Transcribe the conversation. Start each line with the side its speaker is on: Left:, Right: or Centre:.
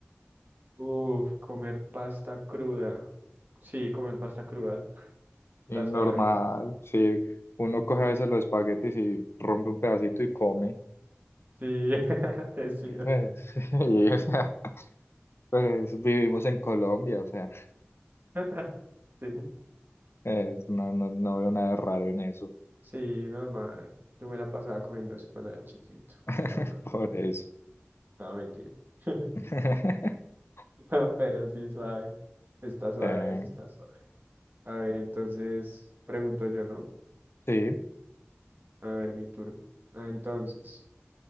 Right: Uf, comer pasta cruda. Sí, comer pasta cruda. Está
Left: Y normal,
Right: suave.
Left: si uno coge a veces los espaguetis y rompe un pedacito y come.
Right: Sí, <laughs> te sigo.
Left: Pues, <laughs> y, o sea, pues vivimos en Colombia, o sea,
Right: <laughs> Sí,
Left: es- no, no, no veo nada de raro en eso.
Right: sí, normal. Yo me la pasaba comiendo eso cuando era chiquito.
Left: <laughs>
Right: Cuando...
Left: Por eso.
Right: No, mentira. <laughs>
Left: <laughs>
Right: No, pero sí, suave. Está suave,
Left: Sí.
Right: eso está suave. A ver, entonces, pregunto yo, ¿no?
Left: Sí.
Right: A ver, mi turno. Ah, Entonces,